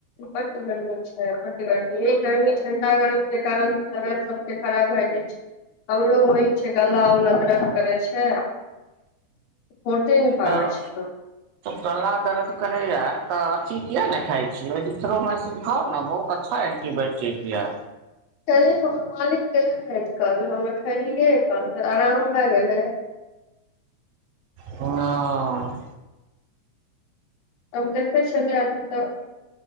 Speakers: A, on the left; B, on the right.
A: बड गरमी छै, बड गर्मी, गर्मी ठंडा गरम के कारण तबियत सबके खराब भ जाइ छै। हमरो होइ छै गला उला दरद। करै छै, खोटे न पाबे
B: तऽ
A: छियै हम।
B: गला दर्द करैये तऽ अथि किया ने खाइ छी <unintelligible> खाउ ने बहुत अ फाइन के एन्टीबायोटिक ये।
A: कहले हमर मालिक रहे कल हम खेलियै कल त आराम भए गेल हे।
B: हां।
A: अब देखतै छलियै अभी तऽ